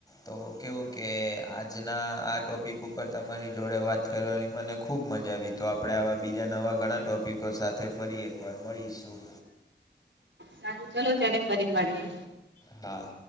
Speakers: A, on the left; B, on the right.
A: તો કેવું કે આજના આ ટોપિક ઉપર તમારી જોડે વાત કરવાની મને ખૂબ મજા આવી તો આપડે આવા બીજા નવા ઘણા ટોપિકો સાથે ફરી એકવાર મળીશું.
B: સારું ચલો ત્યારે ફરી મળીએે.
A: હા.